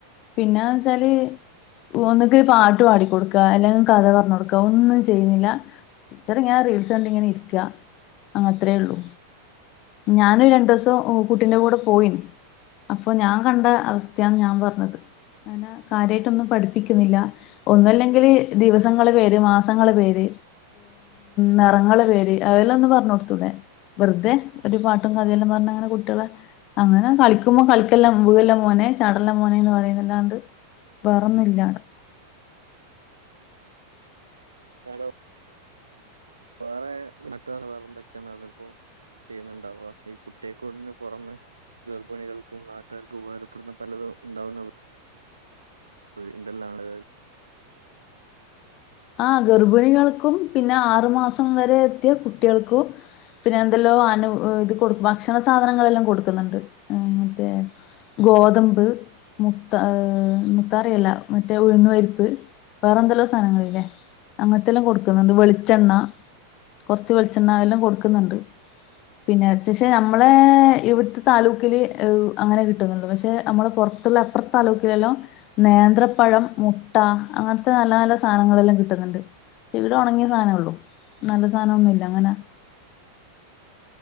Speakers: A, on the left; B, on the right.
A: പിന്നെന്ന് വച്ചാല് ഒന്നക്ക് പാട്ട് പാടി കൊടുക്കുക അല്ലെങ്കിൽ കഥ പറഞ്ഞു കൊടുക്കുക ഒന്ന് ചെയ്യുന്നില്ല ടീച്ചർ ഇങ്ങനെ റീൽസ് കണ്ടങ്ങനെ ഇരിക്ക അത്രേ ഉള്ളൂ ഞാന് രണ്ടുവസം കുട്ടിന്റെ കൂടെ പോയിന് അപ്പൊ ഞാൻ കണ്ട അവസ്ഥയാണ് ഞാൻ പറഞ്ഞത് അങ്ങനെ കാര്യമായിട്ട് ഒന്നും പഠിപ്പിക്കുന്നില്ല ഒന്നല്ലെങ്കില് ദിവസങ്ങളെ പേര് മാസങ്ങ മാസങ്ങളെ പേര് നിറങ്ങളെ പേര് അതെല്ലാം ഒന്ന് പറഞ്ഞു കൊടുത്തൂടെ വെറുതെ ഒരു പാട്ടും കഥല്ലാം പറഞ്ഞ് അങ്ങനെ കുട്ടികളെ അങ്ങനെ കളിക്കുമ്പോ കളിക്കെല്ലാ വീഴല്ലാ മോനെ ചടെല്ലാം മോനെന്ന് പറയുന്നല്ലാണ്ട് വേറന്നില്ലാണ്ട്
B: ആണോ വേറെ നാട്ടാണ് വേറെ എന്തൊക്കെയാ നട ത് ഇപ്പോ ചെയ്യുന്നുണ്ടാവ ഈ കുട്ടിയെക്കൂടിന് പുറമെ ഗർഭിണികൾക്കും നാട്ടുകാർക്കും ഉപകാരപ്പെടുന്ന പലതും ഉണ്ടാവുന്ന അഹ് എന്തെല്ലാണ്
A: ആഹ് ഗർഭിണികൾക്കും പിന്നെ ആറു മാസം വരെ എത്തിയ കുട്ടികൾക്കും പിന്നെ എന്തെല്ലോ ആനു ഇത് കൊ ഭക്ഷണ സാധനങ്ങളെല്ലാം കൊടുക്കുന്നുണ്ട് ഉം അതേ ഗോതമ്പ് മുത്ത മുത്താറിയല്ല മറ്റേ ഉഴന്ന് പരിപ്പ് വേറെ എന്തെല്ലോ സാധനങ്ങളില്ലേ അങ്ങനത്തെല്ലാം കൊടുക്കുന്നുണ്ട് വെളിച്ചെണ്ണ കുറച്ച് വെളിച്ചെണ്ണെ ആയാലും കൊടുക്കുന്നുണ്ട് പിന്നെ <unintelligible> നമ്മളെ ഇവിടുത്തെ താലൂക്കിൽ അങ്ങനെ കിട്ടുന്നുള്ളൂ പക്ഷേ നമ്മൾ പുറ ത്തുള്ളപ്പുറത്തെ താലൂക്കിലെല്ലാം നേന്ത്രപ്പഴം മുട്ട അങ്ങനത്തെ നല്ല നല്ല സാധനങ്ങളെല്ലാം കിട്ട കിട്ടുന്നുണ്ട് ഇവിടെ ഉണങ്ങിയ സാധനേള്ളൂ നല്ല സാധനം ഒന്നുല്ല അങ്ങനെ